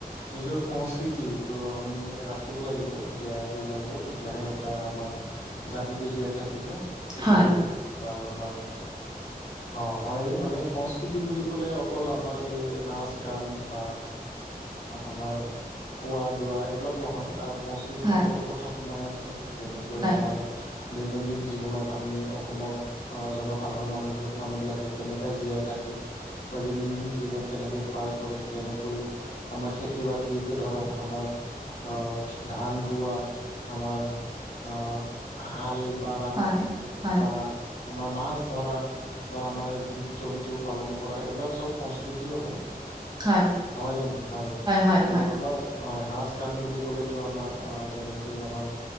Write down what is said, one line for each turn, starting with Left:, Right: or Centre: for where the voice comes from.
Left: নিজৰ সংস্কৃতিটো আমি ৰাখিব লাগিব জীয়াই ৰাখিব লাগিব, তেতিয়াহে এটা আমাৰ- জাতিটো জীয়াই থাকিব পিছলৈ
Right: হয়
Left: বা আমাৰ- অঁ হয় মানে, সংস্কৃতি বুলি ক'লে অকল আমাৰ এই নাচ- গান বা আমাৰ হোৱা দোৱা এইবিলাক নহয় সংস্কৃতিত
Right: হয়
Left: বহুত কথা সোমাই আছে যেনেকৈ
Right: হয়
Left: আমাৰ দৈনন্দিন জীৱনত আমি অসমৰ জনসাধাৰণ মানুহ মানুহবিলাকে কেনেকৈ জীয়াই থাকে
Right: <inaudible>
Left: বা দৈনন্দিন জীৱন কেনেকে পাৰ কৰে যেনেকৈ আমাৰ খেতি বাতিকে ধৰক আমাৰ অ ধান ৰুৱা আমাৰ অ হাল বাৰা
Right: হয় হয়
Left: বা আমাৰ মাছ ধৰা বা আমাৰ জীৱ জন্তু পালন কৰা এইবিলাক চব সংস্কৃতিও হয়।
Right: হয়
Left: নহয় জানো হয়
Right: হয়
Left: তো
Right: হয়
Left: আমাৰ হয় নাচ গান বুলি ক'লেতো আমাৰ অ যেনেকৈ আমাৰ